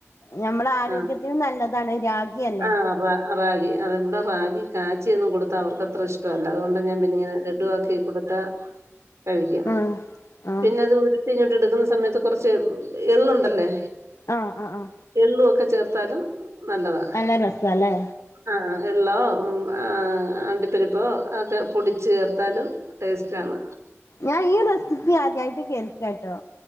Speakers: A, on the left; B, on the right.
A: നമ്മള ആരോഗ്യത്തിനും
B: ആഹ്
A: നല്ലതാണ് രാഗി അല്ലെ
B: ആഹ് റാ റാഗി അത് ന്താ റാഗി കാച്ചിയൊന്നും കൊടുത്താ അവർക്ക് അത്ര ഇഷ് ല്ലാ അതുകൊണ്ട് ഞാൻ പിന്നെ ഇങ്ങനെ ലഡുവാക്കി കൊടുത്താ കഴിക്കും
A: ആഹ് ആഹ്
B: പിന്നെ ഇത് ഉരുട്ടിങ്ങട്ട് എടുക്ന്ന സമയത്ത് കുറച്ച് എള്ളുണ്ടല്ലേ
A: ആഹ് ആഹ്
B: എള്ളുക്കെ ചേർത്താലും നല്ലതാ
A: നല്ല രസാ ലെ
B: ആഹ് എള്ളോ മ്മ് ആഹ് അണ്ടിപ്പരിപ്പോ ഒക്കെ പൊടിച് ചേർത്താലും ടേസ്റ്റ് ആണ്
A: ഞാൻ ഈ റെസിപ്പി ആദ്യയായിട്ട് കേൾക്ക് ട്ടോ